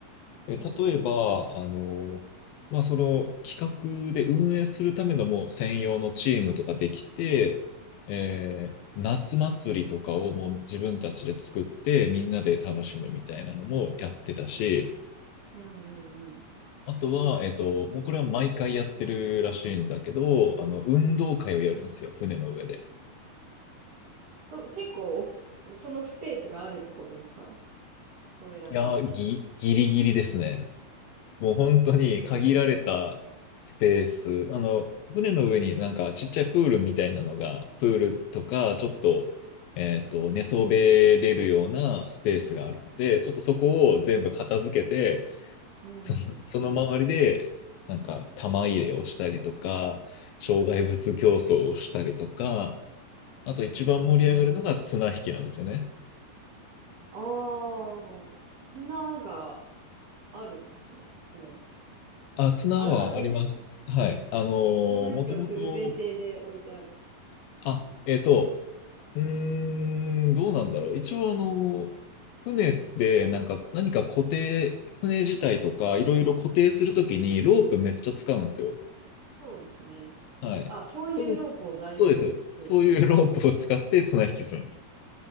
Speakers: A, on the left; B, on the right.
A: え、
B: うん。
A: 例えば、あの、まあその企画で運営するためのもう専用のチームとかできて、えー夏祭りとかをもう自分たちで作ってみんなで楽しむみたいなのもやってたし、
B: うんうんうん。
A: あとは、えっと、もうこれは毎回やってるらしいんだけど、あの、運動会をやるんですよ、船の上で。
B: と、結構、そのスペースがあるってことですかそれだけの。
A: いやー、ぎ、ギリギリですね。もう本当に限られたスペース。
B: ええ
A: あの、船の上になんかちっちゃいプールみたいなのが、プールとか、ちょっと、えっと、寝そべれるようなスペースがあるので、ちょっとそこを全部片付けて、
B: うんうん。
A: その、その周りで、なんか、玉入れをしたりとか、障害物競争をしたりとか、あと一番盛り上がるのが綱引きなんですよね。
B: ええああ、砂があるんですね。船に。
A: あ、綱はあります。
B: あらかじめ
A: はい。あのー、
B: 綱引きをする前提で置いてある。
A: もともと、あ、えっと、うーん、どうなんだろう。一応あのー、船でなんか、何か固定、船自体とか、いろいろ固定するときにロープめっちゃ使うんですよ。
B: そうですね。
A: はい。
B: あ、そういうロープを代用して。
A: その、そうです。そういうロープを使って綱引きするんです。